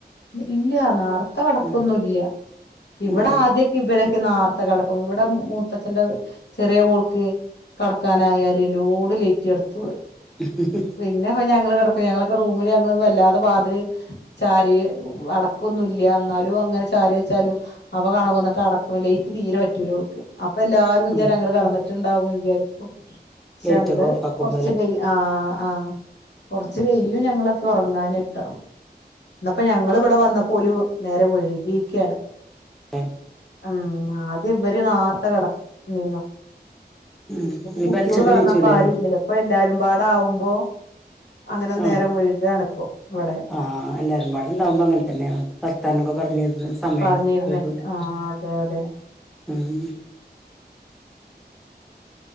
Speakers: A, on the left; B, in the centre.
A: ഇല്ല്യ നാർ ത്തെ കിടക്കൊന്നും
B: ഉം
A: ഇല്ല്യ ഇവിടെ
B: ഉം
A: ആദ്യ ഇവരൊക്കെ നേർത്തെ കിടക്കും ഇവിടെ മൂത്തച്ഛന്റെ ചെറിയ മോൾക്ക് കടക്കാനായാല് ലോഡ് ലേറ്റ എടുത്തോള്
B: <inaudible>
A: പിന്നെ പ്പ ഞങ്ങള് കെടക്കും ഞങ്ങളക്കെ റൂമില് ഞങ്ങള് വല്ലാതെ വാതില് ചാരി അടക്കൊന്നുംല്ല ന്നാലും അങ്ങനെ ചാരി വെച്ചാലും. അപ്പം കാണാം വന്ന്ട്ട് അടക്കും ലേറ്റ് തീരെ പറ്റൂലോ ഓൾക്ക്. അപ്പ എല്ലാരും വിചാരം
B: ഉം
A: ഞങ്ങള് കടന്ന്ട്ട്ണ്ടാവും വിചാരിക്കും. ക്ഷേ
B: ലൈറ്റൊക്കെ
A: ഞങ്ങള്
B: ഓഫാക്കുമ്പോല്ലേ
A: കൊർച്ച് കൈ ആഹ് ആഹ് കൊർച്ച് കയ്യും ഞങ്ങളൊക്കെ ഒറങ്ങാന്. ടോ ഇന്നപ്പ ഞങ്ങള് ഇവ്ടെ വന്നപ്പം ഓല് നേരം ഒഴുകിക്കയാണ്.
B: ഏഹ്
A: ഉം ആദ്യം ഇവര് നാർത്ത കട നീന്നു.
B: ഉം ഇനിപ്പ
A: കുട്ട്യോള്
B: അലച്ചക്ക്
A: കടന്നപ്പ
B: നീച്ചൂലേ
A: ആരും ഇല്ലല്ലോ പ്പ എല്ലാരും പാടാവുമ്പോ. അങ്ങനെ
B: ആ
A: നേരം വഴുകാണ് ഇപ്പോ. <unintelligible>
B: ആ എല്ലാരും പാടെ ഇണ്ടാവുമ്പോ അങ്ങനെ തന്നെയാണ് വർത്താനൊക്കെ പറഞ്ഞിരുന്ന് സമയം
A: പറഞ്ഞിര്ന്നപ്പ
B: വൈകൂലേ
A: ആഹ് തെ തെ
B: ഉം